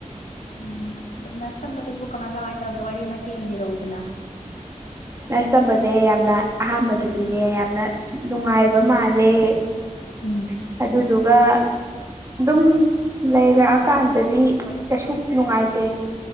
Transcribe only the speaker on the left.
ꯎꯝ ꯅꯔꯁ ꯇꯝꯕꯗꯨꯕꯨ ꯀꯃꯥꯏ ꯀꯃꯥꯏ ꯇꯧꯒꯦ ꯋꯥꯔꯤ ꯃꯇꯦꯛ ꯑꯃ ꯂꯤꯔꯛꯎꯗꯅ
ꯎꯝ